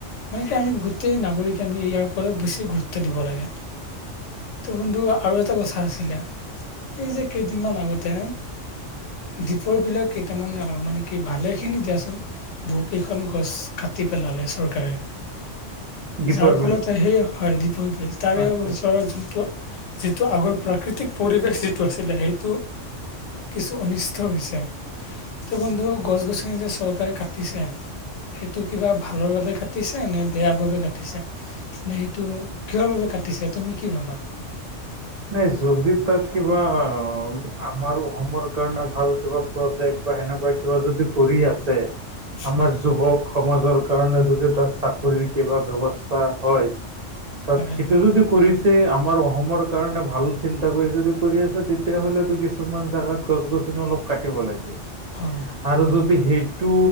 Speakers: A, on the left; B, on the right.
A: মানে কি আমি গোটেই নাগৰিকে আমি ইয়াৰ ওপৰত বেছি গুৰুত্ব দিব লাগে। ত বন্ধু আৰু এটা কথা আছিলে, এই যে কেইদিনমান আগতে দীপৰ বিলত কেইটামান অ, মানে কি ভালে খিনি দিয়াচোন। বহুকেইখন গছ কাটি পেলালে চৰকাৰে।
B: দ্বীপৰ
A: যাৰ
B: বিলৰ
A: ফলত, সেই হয় দীপৰ বিল, তাৰে
B: আচ্ছা
A: ওচৰৰ
B: আচ্ছা
A: যোনটো যিটো আগৰ প্ৰাকৃতিক পৰিৱেশ যিটো আছিলে, সেইটো কিছু অনিষ্ট হৈছে, ত' বন্ধু গছ গছনি যে চৰকাৰে কাটিছে। সেইটো কিবা ভালৰ বাবে কাটিছে নে বেয়া বাবে কাটিছে? নে সেইটো, কিহৰ বাবে কাটিছে তুমি কি ভাবা?
B: নাই, যদি তাত কিবা অ, আমাৰ অসমৰ কাৰণে ভাল কিবা প্ৰজেক্ট বা সেনেকুৱা কিবা যদি কৰি আছে, আমাৰ
A: হয়
B: যুৱক সমাজৰ কাৰণে যদি তাত চাকৰিৰ কিবা ব্যৱস্থা হয়। তাত
A: হয়
B: সেইটো যদি কৰিছে, আমাৰ অহমৰ কাৰণে ভাল চিন্তা কৰি যদি কৰি আছে তেতিয়াহ'লেটো কিছুমান জাগাত গছ গছনি অলপ কাটিব লাগিব।
A: হয়,
B: আৰু যদি সেইটো